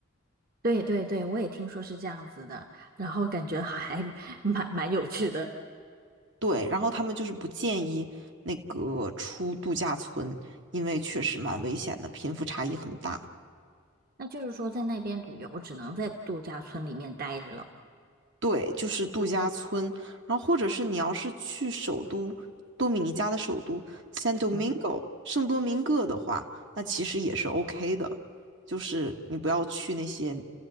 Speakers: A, on the right; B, on the right.
A: 对对对，我也听说是这样子的，然后感觉还 <laughs> 蛮蛮有趣的。
B: 对，然后他们就是不建议那个出度假村，因为确实蛮危险的，贫富差异很大。
A: 那就是说，在那边旅游只能在度假村里面待着了。
B: 对，就是度假村，然后或者是你要是去首都多米尼加的首都 San Domingo
A: 嗯，
B: 圣多明各的话，那其实也是 OK 的，就是你不要去那些